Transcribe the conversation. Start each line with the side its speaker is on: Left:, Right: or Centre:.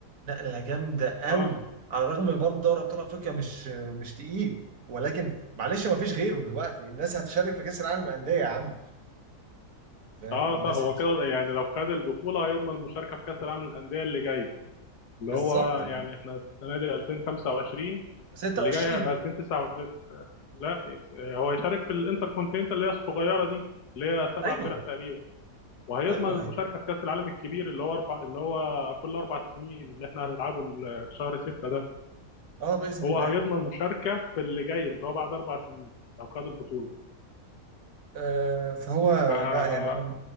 Right: نقلة جامدة قوي
Left: اه
Right: على الرغم من برضه دوري أبطال أفريقيا مش مش تقيل ولكن معلش ما فيش غيره دلوقتي الناس هتشارك في كأس العالم للأندية يا عم فاهم
Left: اه
Right: الناس
Left: طبعا هو
Right: هتشارك
Left: كده
Right: في
Left: يعني
Right: كأس
Left: لو خد البطوله هيضمن المشاركه في كاس العالم للانديه اللي جاي اللي
Right: بالظبط
Left: هو
Right: اللي
Left: يعني
Right: هو
Left: احنا السنه دي 2025
Right: 26
Left: اللي جاي هيبقى 2029 لا هو هيشارك في الانتر كونتيننتال اللي هي الصغيره دي اللي هي سبع
Right: أيوه
Left: فرق تقريبا وهيضمن
Right: أيوه
Left: المشاركه
Right: أيوه
Left: في كاس العالم الكبير اللي هو اربع اللي هو كل اربع سنين اللي احنا هنلعبه ال- في شهر ستة ده
Right: اه باذن
Left: هو
Right: الله
Left: هيضمن مشاركه في اللي جاي اللي هو بعد اربع سنين لو خد البطوله
Right: آه فهو
Left: ف
Right: لا يعني انا